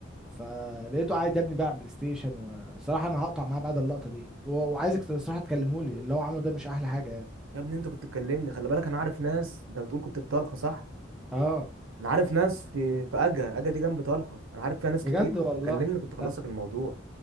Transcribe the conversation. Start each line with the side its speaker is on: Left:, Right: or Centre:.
Centre: فلقيته قاعد يا ابني بقى على بلاي ستيشن وصراحه انا هقطع معاه بعد اللقطه دي و- وعايزك صراحه تكلمه لي اللي هو عمله ده مش احلى حاجه يعني
Right: يا ابني انت كنت تكلمني خلي بالك انا عارف ناس انت بتقول كنت في طلخه صح
Centre: اه
Right: انا عارف ناس في في اجا اجا دي جنب طلخه انا عارف فيها ناس
Centre: بجد
Right: كتير
Centre: والله
Right: كنت تكلمني كنت خلص
Centre: لا
Right: لك الموضوع